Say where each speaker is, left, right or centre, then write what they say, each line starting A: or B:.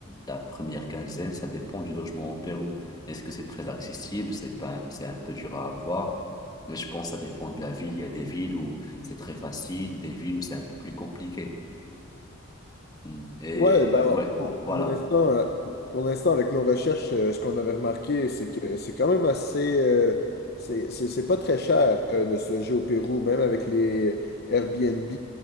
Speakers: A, on the left; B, on the left.
A: la première quinzaine. Ça dépend du logement au Pérou. Est-ce que c'est très accessible? C'est pas, c'est un peu dur à avoir. Mais je pense que ça dépend de la ville. Il y a des villes où c'est très facile, des villes où c'est un peu plus compliqué. Mm. Et
B: Ouais, ben,
A: ouais,
B: pour,
A: voilà.
B: pour l'instant, euh, pour l'instant, avec nos recherches, euh, ce qu'on avait remarqué, c'est que c'est quand même assez. euh, c'est c'est- c'est pas très cher euh, de se loger au Pérou, même avec les Airbnb,